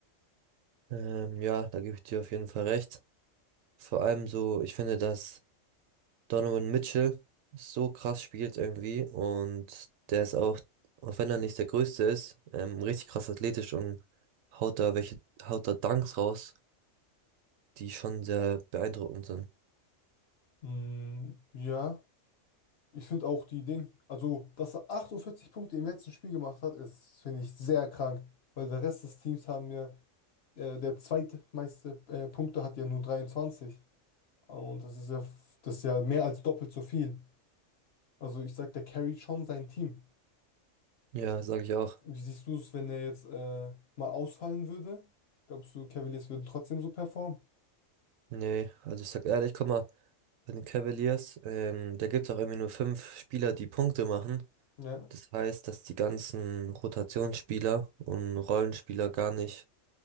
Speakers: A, on the right; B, on the left.
A: Ähm, ja, da gebe ich dir auf jeden Fall recht. Vor allem so, ich finde, dass Donovan Mitchell so krass spielt irgendwie und der ist auch, auch wenn er nicht der Größte ist, ähm, richtig krass athletisch und haut da welche, haut da Dunks raus, die schon sehr beeindruckend sind.
B: Mm, ja, ich finde auch die Ding, also dass er 48 Punkte im letzten Spiel gemacht hat, ist, finde ich, sehr krank, weil der Rest des Teams haben ja äh, der zweitmeiste äh, Punkte hat ja nur 23. Und das ist ja, f- das ist ja mehr als doppelt so viel. Also ich sag, der carryt schon sein Team.
A: Ja, sage ich auch.
B: Wie siehst du es, wenn er jetzt äh, mal ausfallen würde? Glaubst du, Cavaliers würden trotzdem so performen?
A: Nee, also ich sag ehrlich, guck mal, bei den Cavaliers, ähm, da gibt's auch irgendwie nur fünf Spieler, die Punkte machen.
B: Ja.
A: Das heißt, dass die ganzen Rotationsspieler und Rollenspieler gar nicht